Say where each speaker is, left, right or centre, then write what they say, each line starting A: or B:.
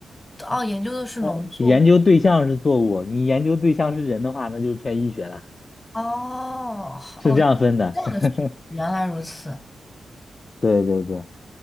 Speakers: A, on the left; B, on the left.
A: 哦，研究的是农作物。
B: 哦，研究对象是作物，你研究对象是人的话，那就是偏医学了，
A: 哦，
B: <laughs> 是这样分的。
A: 哦，这样的学，
B: <laughs>
A: 原来如此。
B: 对对对，